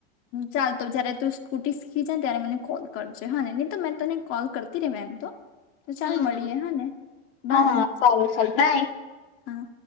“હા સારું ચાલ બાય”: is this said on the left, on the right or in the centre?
Left